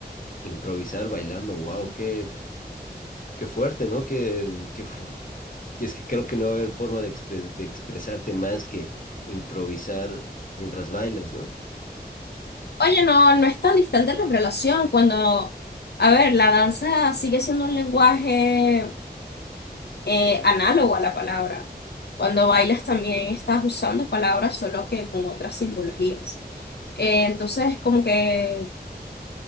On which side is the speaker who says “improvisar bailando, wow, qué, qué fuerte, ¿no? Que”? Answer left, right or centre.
Left